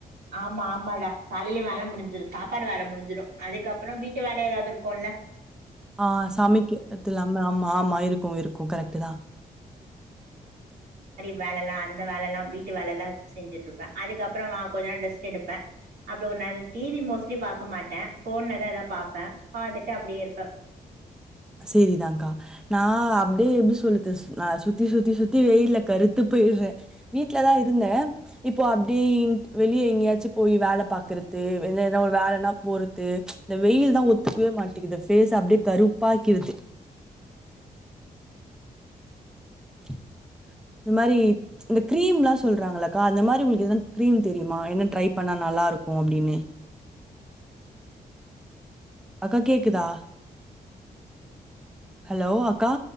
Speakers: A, on the right (about 85°); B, in the centre.
A: ஆமா ஆமாடா காலையிலயே வேல முடிஞ்சிரு சாப்பாடு வேல முடிஞ்சிரு அதுக்கப்புறோ வீட்டு வேல ஏதாவுது இருக்குல்ல
B: ஆஹ் சாமிக்க த்துயிலாம ஆமா ஆமா இருக்கு இருக்கு கரெக்ட்டுதா
A: வேல எல்லா அந்த வேல எல்லா வீட்டு வேலல்லா செஞ்சுட்டு இரு ப்பே அதுக் அப்புறமா லெஸ்ட் எடுப்பே அபோ நல் டிவி மோஸ் ட்லி பாக்க மாட்டே போன்லதா எதோ பாப்பே பாத்துட்டு அப்டியே இருப்பே
B: சரிதான்கா நா அப்டியே எப்டி சொல்லுது நா சுத்தி சுத்தி சுத்தி வெயில்ல கருத்து போயிறே வீட்டுலதா இருந்தே இப்போ அப்டியிட்டு வெளியே எங்கியேச்சு போய் வேல பாக்குறத்து இல்லைனா ஒரு வேலனா போறது இந்த வெயில் தா ஒத்துக்குவே மாட்டிக்குது பேஸ் அப்டியே கருப் பாக்கிறிது <inaudible> இந் மாரி இந்த கிரீம் எல்லா சொல்றாங்குளக்கா அந்த மாரி உங்குளுக் எதன் கிரீம் தெரியுமா என்ன ட்ரை பண்ணா நல்லா இருக்கு அப்டின்னு அக்கா கேக்குதா ஹலோ அக்கா